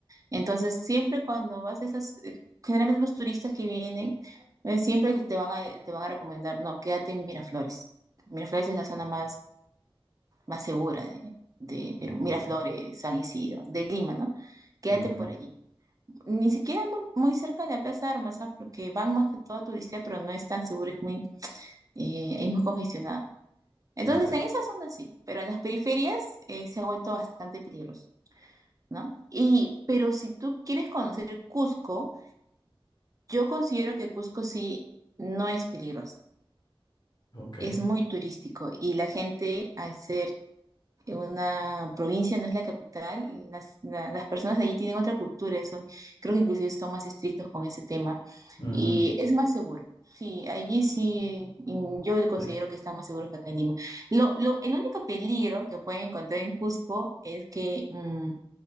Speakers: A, on the right; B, on the left.
A: Entonces, siempre cuando vas a esas, eh, generalmente los turistas que vienen, eh, siempre te van a, te van a recomendar, no, quédate en Miraflores. Miraflores es la zona
B: ok,
A: más, más segura de, de
B: mm,
A: Perú, Miraflores,
B: bueno,
A: San Isidro, de Lima, ¿no? Quédate
B: ujú,
A: por allí. Ni siquiera muy, muy cerca de la Plaza de Armas, ¿ah? Porque van más que todo a turistear, pero no es tan seguro, es muy, eh, es muy congestionada. Entonces,
B: Ok.
A: en esas zonas sí, pero en las periferias eh, se ha vuelto bastante peligroso, ¿no? Y, pero si tú quieres conocer Cusco, yo considero que Cusco sí no es peligroso,
B: Ok.
A: es muy turístico y la gente al ser que una provincia no es la capital, y las, la- las personas de allí tienen otra cultura, y son, creo que inclusive son más estrictos con ese tema
B: ujú,
A: y es más seguro. Sí, allí sí, mm, yo considero
B: sí.
A: que están más seguros que acá en Lima. Lo, lo, el único peligro que pueden encontrar en Cusco es que mm,